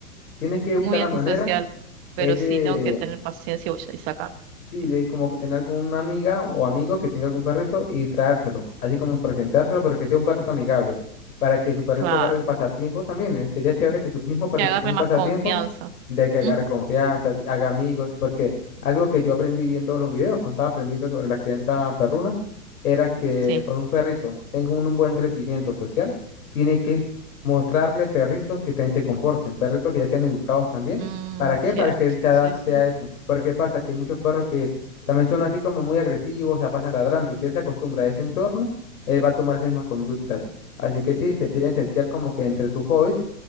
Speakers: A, on the left; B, on the right.
A: tienes que buscar
B: muy
A: la
B: antisocial,
A: manera,
B: pero
A: es de
B: sí tengo que tener paciencia y y sacarlo.
A: Sí,
B: Sí,
A: de como que tener alguna amiga o amigo que tenga algún perrito y traérselo, así como presentárselo, pero que sea un perrito amigable, para que su perrito
B: Claro,
A: agarre el pasatiempo también. eh, Sería chévere que su mismo perrito
B: que agarre
A: tenga un
B: más
A: pasatiempo
B: confianza.
A: de que agarre
B: Ujú,
A: confianza, así, haga amigos, porque algo que yo aprendí viendo los videos, cuando estaba aprendiendo sobre la crianza perruna, era que
B: Sí,
A: para un perrito tenga un, un buen crecimiento social, tiene que mostrarle perritos que también se comporten, perritos que ya sean educados también
B: Mm,
A: ¿Para qué?
B: cierto,
A: Para que él se adapte
B: sí, sí,
A: a eso. Porque pasa que hay muchos perros que también son así como muy agresivos, se sea, pasan ladrando. Y si él se acostumbra a ese entorno, él va a tomar esas mismas conductas. Así que sí, se- sería esencial como que entre tus hobbies